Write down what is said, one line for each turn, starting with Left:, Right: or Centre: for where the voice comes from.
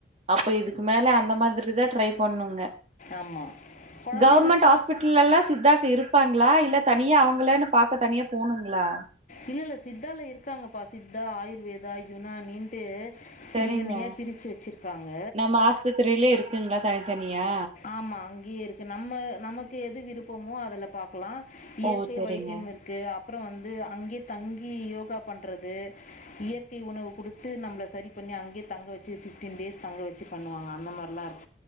Right: அப்ப இதுக்கு மேல அந்த மாதிரிதா ட்ரை பண்ணுங்க
Left: ஆமாம் குழந்தைங்களுக்கும்
Right: கவுர்மெண்ட் ஹாஸ்பிட்டலெல்லா சித்தாக்கு இருப்பாங்ளா இல்ல தனியா அவங்களனு பாக்க தனியா போணுங்ளா
Left: இல்ல இல்ல சித்தால இருக்காங்கப்பா சித்தா ஆயுர்வேதா யுனானீன்ட்டு பிரிவினையா
Right: செரிங்க
Left: பிரிச்சு வெச்சிருக்காங்க
Right: நம்ம ஆஸ்பத்திரியிலே இருக்குங்களா தனித்தனியா
Left: ஆமா அங்கியே இருக் கு நம்ம நமக்கு எது விருப்பமோ அதுல பாக்கலா இயற்கை
Right: ஓ செரிங்க
Left: வைத்தியம் இருக் க்கு அப்புறோ வந்து அங்க்யே தங்கி யோகா பண்றது இயற்கை உணவு குடு த்து நம்ப்ள சரி பண்ணி அங்க்யே தங்க வெச்சு ஃபிஃப்டீன் டேஸ் தங்க வெச்சு பண்ணுவாங்க அந்த மாரிலா இருக்